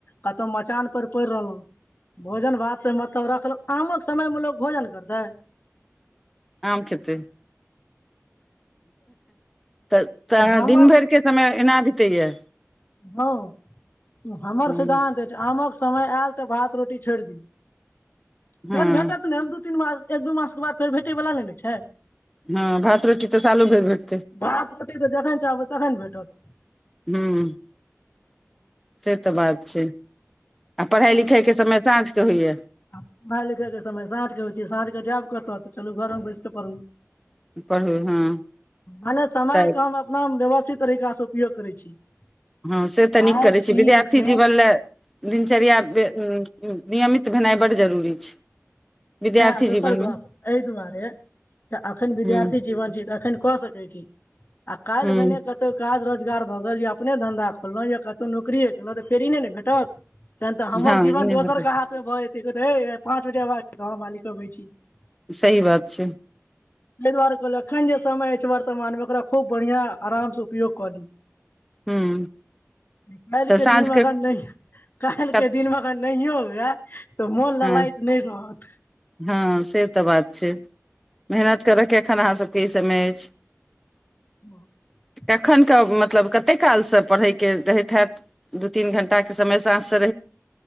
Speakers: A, on the left; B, in the centre.
A: कतहु मचान पर पड़ि रहलहु भोजन भात से मतलब रखलहु आमक समय मे लोक भोजन करतै।
B: आम खेत तऽ तऽ
A: हमर
B: दिन भरि के समय एना तेए।
A: हँ। हमर
B: हँ
A: सिद्धानं्त अछि आमक समय आयल तऽ भात रोटी छोड़ि दियौ।
B: हँ
A: फेर भेठत त नेू। <unintelligible> दू तीन मास एक दू मास के बाद फेर भेटै बालला नहि ने छै। <unintelligible>
B: हँ भात रोटी तऽ चालू भेर भेट।
A: भात रोटी तऽ जखन चाहबै तखन भेटत।
B: हूँ
A: <unintelligible>
B: से तऽ बात छै। <unintelligible> आ पढ़ाइ लिखाइके समय साँझकेँ होइए।
A: आ पढ़ाइ लिखैके समय साँझ क होइ छै साँझ कऽ जायब कहतऽ तऽ चलू घरमे बैस कऽ पढ़।
B: पढ़ू हँ
A: मने समय
B: तऽ
A: कम अपना व्यवस्था। तरीकासँ उपयोग करै छी। <unintelligible>
B: हँ से तऽ
A: आइ
B: नीक करैत
A: छी
B: छै विद्यार्थी
A: एखन
B: जीवन लए- दिनचर्या। <unintelligible> नियमित भेनाइ बड्ड जरूरी छै। <unintelligible> विद्यार्थी
A: इ दोसर
B: जीवनमे
A: गप एहि दुआरे अखन
B: हूँ
A: विद्यार्थी जीवन छी तऽ एखन कऽ सकैत छी आ काल्हि
B: हूँ
A: भेने कतौ काज रह। रोजगार भऽ गेल जे अपने धंधा खोलहुँंा कतहु नौरिए केलहुँ तऽ फेरी नहि ने भेटत। <unintelligible> तहन तऽ हमर
B: हँ
A: जीवन
B: ई नहि
A: दोसर
B: भेटत
A: के हाथ मे भ जेते। पाँचटेवाज। <unintelligible> गव मालिको होै छी। <unintelligible>
B: सही बात छै। <unintelligible>
A: ताहि दुआरे कहलियै एखन जे समय अछि वर्तमानमे ओकरा खूब बढ़िआँ आरामसँ उपयोग कऽ ली।
B: हूँ
A: <unintelligible> <unintelligible> काल्
B: तऽ
A: के
B: साँझके
A: दिन मगर नहि- काल्
B: कत
A: के दिन मग। नहि होगा। <unintelligible> तऽ मोन
B: हँ
A: ल लायत नहि रहत। <unintelligible>
B: हँ से तऽ बात छै मेहनत करयके एखन अहाँ सभके इसभमे अछि। <unintelligible>
A: बाह। <unintelligible>
B: कखने मतलब कतेक कालसँ पढ़ै। के रहै छथि। <unintelligible> दू तीन घं्टा के समयसँ। <unintelligible>